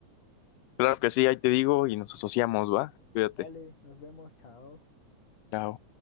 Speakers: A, on the left; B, on the left.
A: Claro que sí, ahí te digo y nos asociamos, ¿va? Cuídate.
B: Dale, nos vemos, chao.
A: Chao.